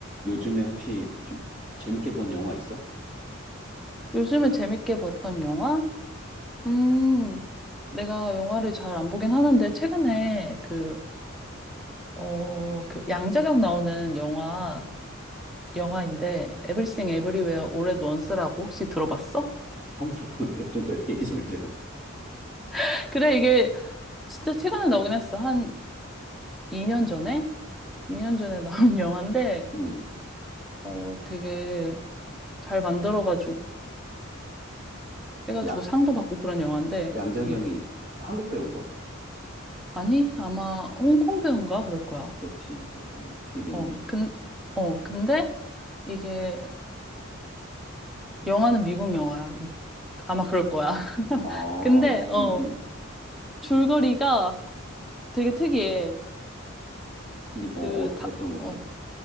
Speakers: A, on the right; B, in the centre.
A: 요즘에 혹시 좀 재밌게 본 영화 있어?
B: 요즘에 재밌게 봤던 영화? 음, 내가 영화를 잘 안 보긴 하는데, 최근에 그, 어, 그 양자경 나오는 영화, 영화인데, Everything Everywhere All at Once라고 혹시 들어봤어?
A: 아, 처음 들어보는데? 좀 열심히 얘기 좀 해줘.
B: <laughs> 그래, 이게 진짜 최근에 나오긴 했어. 한 2년 전에? 2년 전에 나온 <laughs> 영화인데,
A: 음,
B: 어, 되게 잘 만들어가지고, 해가지고
A: 야,
B: 상도 받고 그런 영화인데,
A: 양자경이
B: 음.
A: 한국 배우인가?
B: 아니, 아마 홍콩 배우인가 그럴 거야.
A: 그렇지. 약간 이름이.
B: 어, 근, 어, 근데 이게 영화는 미국 영화야. 아마 그럴 거야. <laughs>
A: 아, 아,
B: 근데, 어,
A: 음, 음.
B: 줄거리가 되게 특이해.
A: 이-
B: 그,
A: 어, 어,
B: 다,
A: 어떤 건데?
B: 어,